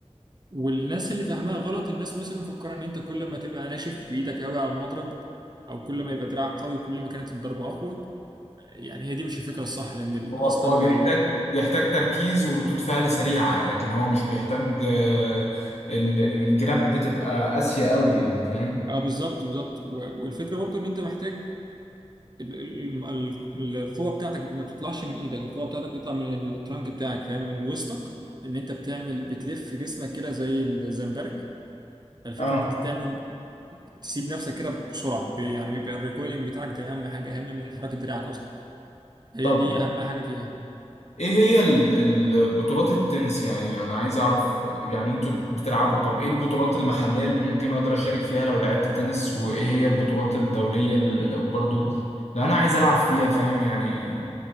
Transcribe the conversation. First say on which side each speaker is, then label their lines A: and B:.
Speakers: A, on the right; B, on the left.
A: والناس اللي فاهماها غلط الناس مثلا مفكره ان انت كل ما تبقى ناشف في ايدك قوي على المضرب او كل ما يبقى دراعك قوي كل ما كانت الضربه اقوى يعني هي دي مش الفكره الصح لان ال-
B: هو
A: اصلا
B: هو بيحتاج
A: ال-
B: بيحتاج تركيز وردود فعل سريعة لكن هو مش بيحتاج آه، ال- الجراب بتبقى قاسية قوي يعني فاهم
A: اه بالظبط بالظبط و- والفكره برضو ان انت محتاج ال- ال- ال- ال- القوه بتاعتك ما بتطلعش من ايدك القوه بتاعتك بتطلع من الترانك بتاعك فاهم من وسطك ان انت بتعمل بتلف جسمك كده زي الزمبرك الفكره
B: اه
A: ان انت تعمل تسيب نفسك كده بسرعه ب- يعني بيبقى الريكويلنج بتاعك ده اهم حاجه اهم من حركه دراعك اصلا هي
B: طب
A: دي اهم حاجه فيها
B: ايه هي ال- ال- بطولات التنس يعني انا عايز اعرف يعني انتوا بتلعبوا طب ايه البطولات المحلية اللي ممكن اقدر اشارك فيها لو لعبت تنس وايه هي البطولات الدولية اللي لو برضو لو انا عايز العب فيها فاهم يعني